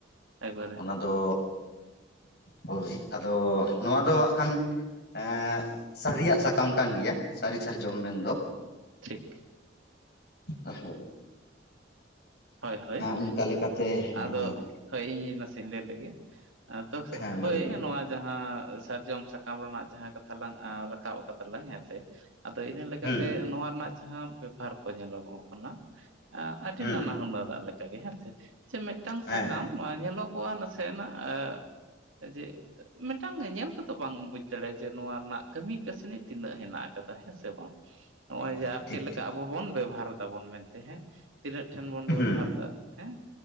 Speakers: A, on the right; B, on the left.
A: ᱮᱠᱵᱟᱨᱮ
B: ᱚᱱᱟ ᱫᱚ ᱦᱳᱭ ᱟᱫᱚ ᱱᱚᱣᱟ ᱫᱚ ᱦᱟᱸᱜ ᱠᱷᱟᱱ ᱮᱸᱜ ᱥᱟᱹᱨᱤᱭᱟᱜ ᱥᱟᱠᱟᱢ ᱠᱟᱱ ᱜᱮᱭᱟ, ᱥᱟᱹᱨᱤ ᱥᱟᱨᱡᱚᱢ ᱢᱮᱱᱫᱚ᱾
A: ᱴᱷᱤᱠ
B: ᱟᱨ ᱦᱳᱭ
A: ᱦᱳᱭ ᱦᱳᱭ
B: ᱚᱱᱠᱟ ᱞᱮᱠᱟᱛᱮ
A: ᱟᱫᱚ
B: ᱦᱮᱸ
A: ᱦᱳᱭ ᱤᱧᱤᱧ ᱱᱟᱥᱮᱧ ᱞᱟᱹᱭ ᱞᱮᱜᱮ᱾ ᱟᱫᱚ
B: ᱦᱮᱸ
A: ᱦᱳᱭ
B: ᱢᱟ ᱞᱟᱹᱭ ᱵᱤᱱ
A: ᱱᱚᱣᱟ ᱡᱟᱦᱟᱸ ᱥᱟᱨᱡᱚᱢ ᱥᱟᱠᱟᱢ ᱨᱮᱱᱟᱜ ᱡᱟᱦᱟᱸ ᱠᱟᱛᱷᱟ ᱞᱟᱝ ᱨᱟᱠᱟᱵ ᱠᱟᱫᱟ ᱞᱟᱝ ᱦᱮᱸ ᱥᱮ ᱟᱫᱚ ᱤᱱᱟᱹ ᱞᱮᱠᱟᱛᱮ
B: ᱦᱩᱸ ᱦᱩᱸ
A: ᱱᱚᱣᱟ ᱨᱮᱱᱟᱜ ᱡᱟᱦᱟᱸ ᱵᱮᱯᱷᱟᱨ ᱠᱚ ᱧᱮᱞᱚᱜᱚᱜ ᱠᱟᱱᱟ ᱟᱹᱰᱤ
B: ᱦᱩᱸ
A: ᱱᱟᱱᱟ ᱦᱩᱱᱟᱹᱨᱟᱜ ᱞᱮᱠᱟᱜᱮ ᱦᱮᱸᱥᱮ ᱾ᱥᱮ ᱢᱤᱫᱴᱟᱝ
B: ᱦᱮᱸ
A: ᱥᱟᱠᱟᱢ ᱧᱮᱞᱚᱜᱚᱜᱼᱟ ᱱᱟᱥᱮᱱᱟᱜ ᱡᱮ ᱢᱤᱫᱴᱟᱝ ᱜᱮ ᱧᱮᱞ ᱛᱮᱫᱚ ᱵᱟᱝ ᱵᱩᱡᱽ ᱫᱟᱲᱮᱭᱟᱜᱼᱟ ᱡᱮ ᱱᱚᱣᱟ ᱨᱮᱱᱟᱜ ᱠᱟᱹᱢᱤ ᱠᱟᱹᱥᱱᱤ ᱛᱤᱱᱟᱹᱜ ᱦᱮᱱᱟᱜ ᱟᱠᱟᱫᱟ ᱦᱮᱸ ᱥᱮ ᱵᱟᱝ᱾ ᱱᱚᱜᱼᱚᱭ ᱡᱮ
B: ᱦᱮᱸ
A: ᱟᱨ
B: ᱴᱷᱤᱠ
A: ᱪᱮᱫ ᱞᱮᱠᱟ
B: ᱴᱷᱤᱠ
A: ᱟᱵᱚ ᱵᱚᱱ ᱵᱮᱵᱟᱨ ᱫᱟᱵᱚᱱ ᱢᱮᱱᱛᱮ ᱦᱮᱸ ᱛᱤᱱᱟᱹᱜ ᱴᱷᱮᱱ ᱵᱚᱱ ᱵᱮᱵᱚᱦᱟᱨ
B: ᱦᱩᱸ
A: ᱫᱟ ᱦᱮᱸ